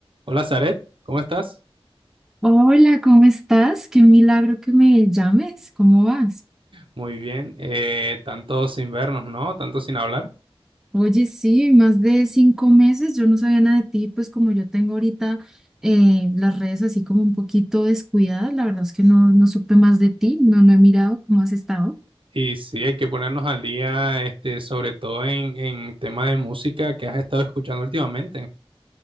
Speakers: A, on the right; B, in the centre.
A: Hola, Zaret, ¿cómo estás?
B: Hola, ¿cómo estás? Qué milagro que me llames. ¿Cómo vas?
A: Muy bien, eh, tanto sin vernos, ¿no? Tanto sin hablar.
B: Oye, sí, más de cinco meses. Yo no sabía nada de ti, pues como yo tengo ahorita eh, las redes así como un poquito descuidadas, la verdad es que no, no supe más de ti, no, no he mirado cómo has estado.
A: Y sí, hay que ponernos al día, este, sobre todo en, en tema de música que has estado escuchando últimamente.